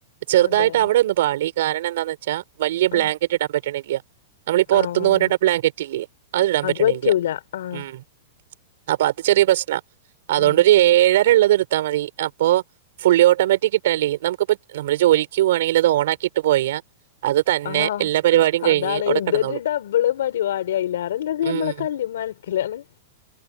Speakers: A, on the right; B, on the left.
A: ചെറുതായിട്ട്
B: അതെ
A: അവിടെ ഒന്ന് പാളി കാരണം എന്താന്ന് വെച്ചാ വലിയ ബ്ലാങ്കറ്റ്
B: ആഹ്
A: ഇടാൻ പറ്റണില്ല നമ്മള് പുറത്തുന്ന്കൊണ്ടുരുന്ന
B: ആഹ്
A: ബ്ലാങ്കറ്റ് ഇല്ലേ അത് ഇടാൻ പറ്റണില്ല
B: പറ്റൂല ആഹ്
A: ഉം അപ്പൊ അത് ചെറിയ പ്രശ്നം അതുകൊണ്ടരു
B: ഉം
A: ഏഴര ള്ളത് എടുത്താൽ മതി അപ്പോ ഫുള്ളി ഓട്ടോമാറ്റിക്ട്ടാൽ നമുക്കി നമ്മ ജോലി ജോലിക്കുവാണെങ്കിൽ അത് ഓണാക്കിയിട്ട് പോയാ അത് തന്നെ
B: ആഹ്
A: എല്ലാ പരിപാടിയും കഴിഞ്ഞ്
B: അതാണ്
A: അവിടെ
B: ഇതൊരു
A: കിടന്നോളും.
B: ഡബിള് പരിപാടിയാ അയിലറഞമ്മളെ
A: ഉം
B: കല്ല്മാൽ ക്ല്ലാണ്